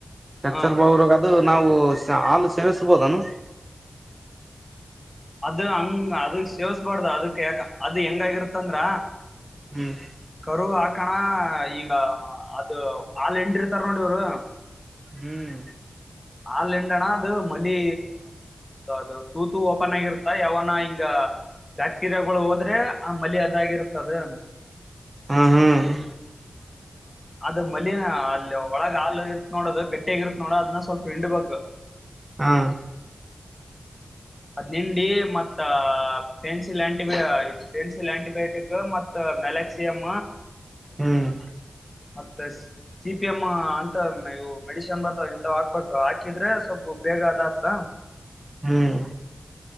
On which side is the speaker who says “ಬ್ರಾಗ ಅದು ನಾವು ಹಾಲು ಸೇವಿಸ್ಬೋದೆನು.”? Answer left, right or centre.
Right